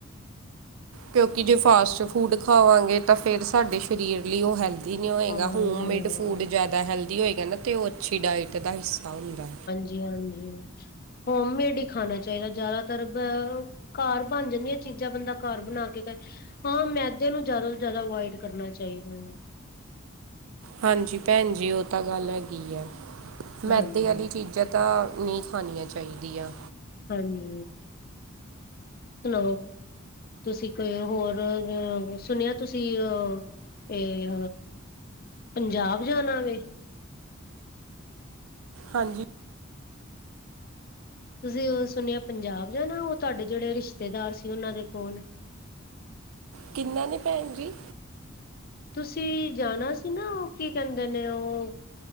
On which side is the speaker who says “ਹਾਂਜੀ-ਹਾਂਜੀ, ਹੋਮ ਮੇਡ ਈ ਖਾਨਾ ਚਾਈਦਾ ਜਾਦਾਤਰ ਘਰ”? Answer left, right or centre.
Left